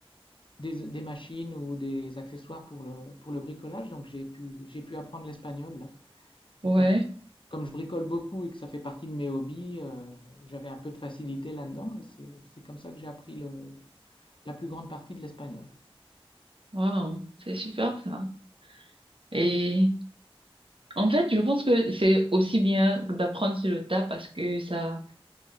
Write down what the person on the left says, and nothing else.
des, des machines ou des accessoires pour le, pour le bricolage. Donc j'ai pu, j'ai pu apprendre l'espagnol là.
Et comme comme je bricole beaucoup et que ça fait partie de mes hobbies, euh, j'avais un peu de facilité là-dedans et c'est, c'est comme ça que j'ai appris le, la plus grande partie de l'espagnol.